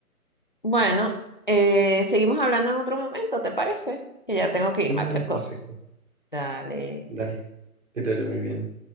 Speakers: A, on the left; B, on the right.
A: Bueno, eh, seguimos hablando en otro momento, ¿te parece? Que ya tengo que irme
B: Sí, dale,
A: a hacer
B: perfecto.
A: cosas. Dale.
B: Dale, que te vaya muy bien.